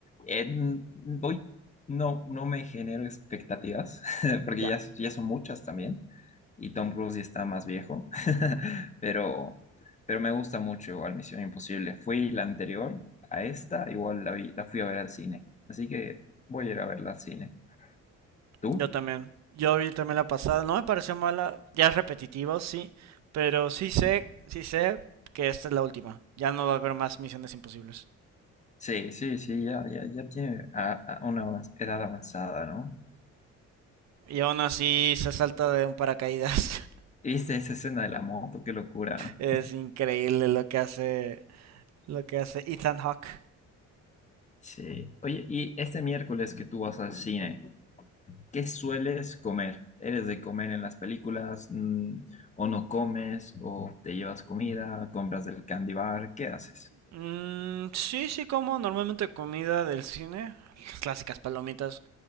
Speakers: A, on the left; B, on the right.
A: Eh, n- voy, no, no me genero expectativas, <laughs> porque
B: Ya.
A: ya, ya son muchas también, y Tom Cruise ya está más viejo, <laughs> pero, pero me gusta mucho igual Misión Imposible. Fui la anterior a esta, igual la vi- la fui a ver al cine, así que voy a ir a verla al cine. ¿Tú?
B: Yo también. Yo vi también la pasada. No me pareció mala. Ya es repetitivo, sí. Pero sí sé, sí sé que esta es la última. Ya no va a haber más misiones imposibles.
A: Sí, sí, sí, ya, ya, ya tiene a- a una avanz- edad avanzada, ¿no?
B: Y aún así se salta de un paracaídas. <laughs>
A: ¿Viste esa escena de la moto? ¡Qué locura!
B: Es increíble lo que hace, lo que hace Ethan Hawke.
A: Sí. Oye, y este miércoles que tú vas al cine. ¿Qué sueles comer? ¿Eres de comer en las películas? Mm, ¿O no comes? ¿O te llevas comida? ¿Compras del candy bar? ¿Qué haces?
B: Mm, sí, sí como normalmente comida del cine. <laughs> Las clásicas palomitas.